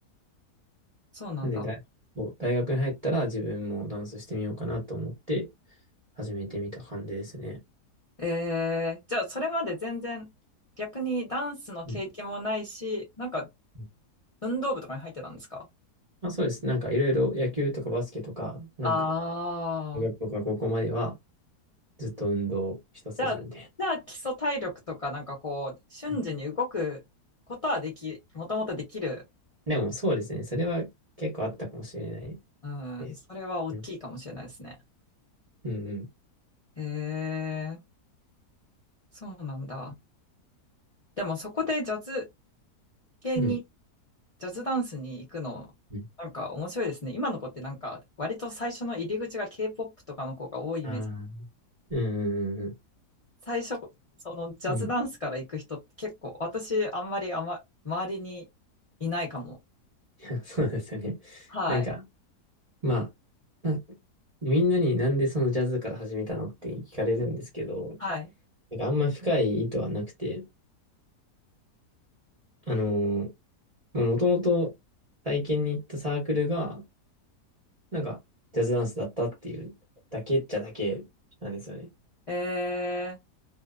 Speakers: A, on the left (about 40°); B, on the right (about 35°).
A: そうなんだ。
B: なんで大、そう大学に入ったら自分もダンスしてみようかなと思って、始めてみた感じですね。
A: えーじゃあそれまで全然逆にダンスの経験もないし、
B: うん
A: なんか
B: うん
A: 運動部とかに入ってたんですか
B: まあ、そうです。なんかいろいろ野球とかバスケとか、なんか、
A: ああ。
B: 中学校から高校まではずっと運動一筋みたいな。
A: じゃあ、じゃあ基礎体力とかなんかこう、瞬時に動くことはでき、
B: うん
A: もともとできる。
B: でもそうですね。それは結構あったかもしれない
A: うん、
B: です。
A: それは大きいかもしれないですね。
B: うん。うんうん。
A: へえ、そうなんだ。でもそこでジャズ、系に
B: うん。
A: ジャズダンスに行くの、
B: うん
A: なんか面白いですね。今の子ってなんか割と最初の入り口が K-POP とかの子が多いイメージ。
B: ああ。うんうん
A: 最初、そのジャズダンスから行く人って結構、
B: うん。
A: 私あんまりあま、周りにいないかも。
B: <laughs> そうですね。
A: はい。
B: うん。いやそうなんですよね。なんか、まあ、なみんなになんでそのジャズから始めたのって聞かれるんですけど、
A: はい。
B: なんかあんま深い意図はなくて、あのーまあ、もともと体験に行ったサークルが、なんか、ジャズダンスだったっていうだけっちゃだけなんですよね。
A: え